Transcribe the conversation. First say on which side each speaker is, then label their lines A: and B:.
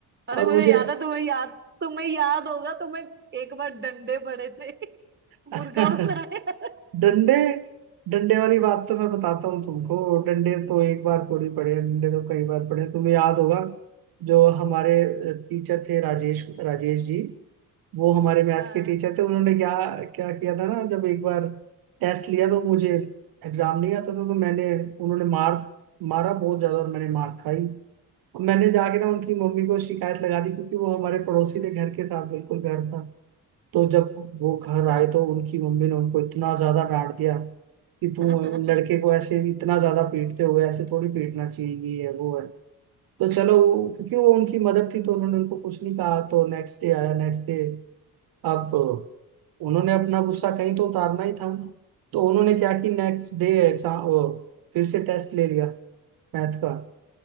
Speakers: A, on the right; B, on the right.
A: अरे
B: और
A: मुझे
B: मुझे
A: याद है तुम्हें याद तुम्हें याद होगा तुम्हें एक बार डंडे पड़े थे <laughs>
B: <laughs>
A: मुर्गा बनाया
B: डंडे डंडे वाली बात तो मैं बताता हूँ तुमको डंडे तो एक बार थोड़ी पढ़े डंडे तो कई बार पढ़े तुम्हें याद होगा जो हमारे टीचर थे राजेश राजेश जी वो हमारे मैथ
A: हाँ
B: के टीचर थे उन्होंने क्या क्या किया था ना जब एक बार टेस्ट लिया तो मुझे एग्जाम नहीं आता था तो मैंने उन्होंने मार मारा बहुत ज्यादा और मैंने मार खाई और मैंने जाके ना उनकी मम्मी को शिकायत लगा दी क्योंकि वो हमारे पड़ोसी थे घर के साथ बिल्कुल घर था तो जब वो घर
A: अच्छा
B: आए
A: <laughs>
B: तो उनकी मम्मी ने उनको इतना ज्यादा डांट दिया कि तुम
A: हाँ
B: लड़के को ऐसे इतना ज्यादा पीटते हो ऐसे थोड़ी पीटना चाहिए ये है वो है तो चलो वो- क्योंकि वो उनकी मदर थी तो उन्होंने उनको कुछ नहीं कहा तो नेक्स्ट डे आया नेक्स्ट डे अब उन्होंने अपना गुस्सा कहीं तो उतारना ही था तो उन्होंने क्या कि नेक्स्ट डे एग्जाम फिर से टेस्ट ले लिया मैथ का